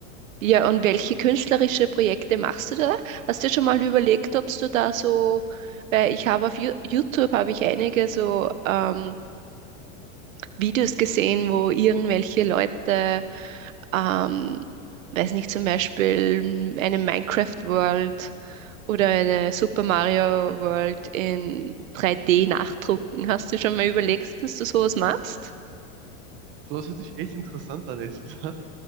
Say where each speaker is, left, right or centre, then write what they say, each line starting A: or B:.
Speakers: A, on the right (about 75°); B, on the right (about 30°).
A: Ja, und welche künstlerische Projekte machst du da? Hast du dir schon mal überlegt, ob du da so, weil ich habe auf Yo- YouTube habe ich einige so ähm, Videos gesehen, wo irgendwelche Leute ähm, weiß nicht, zum Beispiel eine Minecraft-World oder eine Super Mario World in 3D nachdrucken. Hast du schon mal überlegt, dass du sowas machst?
B: so das hört sich echt interessant an, ehrlich <laughs> gesagt.